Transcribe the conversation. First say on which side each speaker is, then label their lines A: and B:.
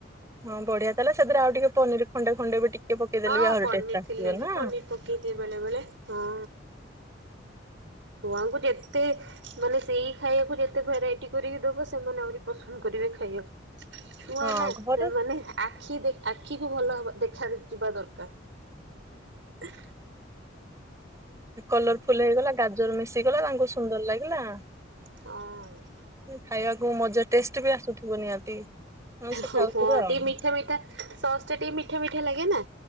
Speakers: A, on the right; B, on the right.
A: ହଁ ବଢିଆ ତାହେଲେ ସେଥିରେ ଆଉ ଟିକେ ପନିର ଖଣ୍ଡେ ଖଣ୍ଡେ ବି ଟିକେ ପକେଇଦେଲେ
B: ହଁ
A: ବି ଆହୁରି
B: ପନିର
A: ଟେଷ୍ଟ ଆସିବ
B: ଥିଲେ
A: ନା।
B: ବି ପନିର ପକେଇଦିଏ ବେଳେ ବେଳେ ହଁ ଛୁଆଙ୍କୁ ଯେତ୍ ତେ ମାନେ ସେଇ ଖାଇବାକୁ ଯେତେ ଭେରାଇଟି କରିକି ଦବ ସେମାନେ ଆହୁରି ପସନ୍ଦ କରିବେ ଖାଇବାକୁ। ଛୁଆ
A: ହଁ
B: ନା ସେମାନେେ
A: ଘରେ
B: ଆଖି ଦେ ଆଖି ସବୁ ଭଲ ହେବା ଦେଖା ଯିବା ଦରକାର।
A: କଲର ଫୁଲ ହେଇଗଲା ଗାଜର ମିଶି ଆସିଗଲା ତାଙ୍କୁ ସୁନ୍ଦର ଲାଗିଲା।
B: ହଁ।
A: ଖାଇବାକୁ ମଜା ଟେଷ୍ଟ ବି ଆସୁଥିବ ନିହାତି। ସେ
B: ହଁ
A: ଖାଉଥିବେ ଆଉ
B: ଟିକେ ମିଠା ମିଠା ସସ୍ ଟା ଟିକେ ମିଠା ମିଠା ଲାଗେ ନା।